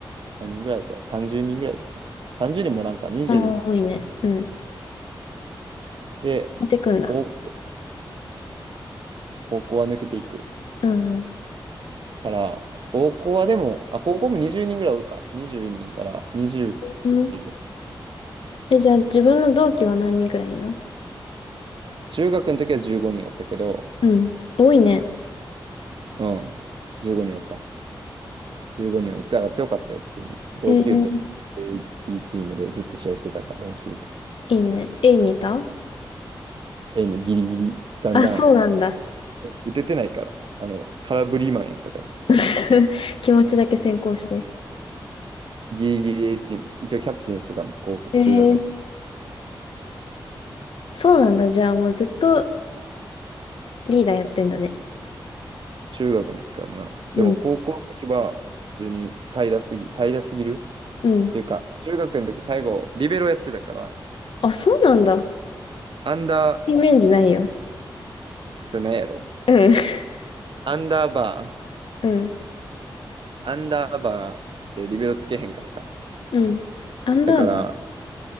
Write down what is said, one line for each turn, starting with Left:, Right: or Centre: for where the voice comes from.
Right: 何人ぐらいだった ?30 人ぐらいだったかな。30人もおらんか、20
Left: ああ、多いね。うん。
Right: で、
Left: 出てくんだ。
Right: 高高校は抜けていく。
Left: うん。
Right: から、高校はでも、あ、高校も20人ぐらいおるか。20人から20、さんじゅう
Left: うん。え、じゃあ自分の同期は何人くらいいるの
Right: 中学の時は15人おったけど、
Left: うん。多いね。
Right: うん、15人おった。15人は、だから強かったよ、普通に。同級生、
Left: へえ、
Right: a B チームでずっと試合してたから、練習と。
Left: いいね。A にいた
Right: A にギリギリ、だんだん、
Left: あ、そうなんだ。
Right: 打ててないから、あの、空振りマンやったから、スパイク。
Left: <laughs> 気持ちだけ先行して。
Right: ギリギリ A チーム。一応キャプテンしてたもん、高校、
Left: へえ、
Right: 中学。
Left: そうなんだ。じゃあもうずっとリーダーやってんだね。
Right: 中学の時からな。
Left: うん。
Right: でも高校の時は、普通に平らすぎ、平らすぎる
Left: うん。
Right: っていうか、中学の時最後、リベロやってたから、
Left: あ、そうなんだ。
Right: アンダー、
Left: イメージないよ。
Right: スネやろ。
Left: うん。<laughs>
Right: アンダーバ
Left: うん。
Right: ー、アンダーバーってリベロつけへんからさ。
Left: うん。アンダーバー。
Right: だから、